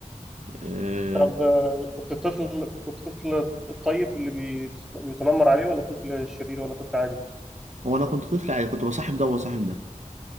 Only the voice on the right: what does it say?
أه...
هو انا كنت طفل يعني كنت بصاحب ده وبصاحب ده